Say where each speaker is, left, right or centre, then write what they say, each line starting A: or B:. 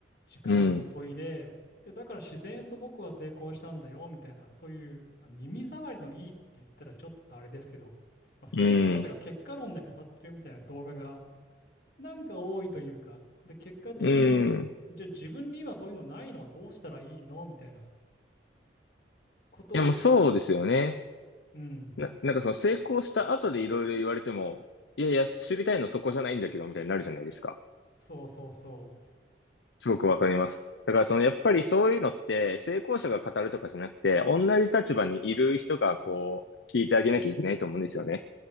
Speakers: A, on the left (about 55°); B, on the left (about 75°).
A: 時間を注いで、
B: うん、
A: で、だから自然と僕は成功したんだよ、みたいな、そういう、まあ耳障りのいいって言ったらちょっとあれですけど、まあ、成功者が結果論で語ってるみたいな動画が、
B: うん、
A: なんか多いというか、で、結果的に、
B: うん。い
A: じゃあ自分に今そういうのないのはどうしたらいいのみたいなことを、
B: や、もうそうですよね。
A: うん、
B: な、なんかその成功した後でいろいろ言われても、いやいや、知りたいのそこじゃないんだけど、みたいになるじゃないですか。
A: そうそうそ
B: すごくわかります。だからそのやっぱりそういうのって成功者が語るとかじゃなくて、同じ立場にいる人がこう聞いてあげなきゃいけないと思うんですよね。